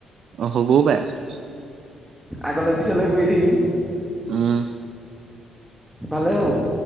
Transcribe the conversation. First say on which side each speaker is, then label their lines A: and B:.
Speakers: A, on the right; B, in the centre.
A: আহ হ'বও পাৰে।
B: আগলৈ পিছলৈ গৈ থাকিম।
A: উম।
B: ভালেই হ'ব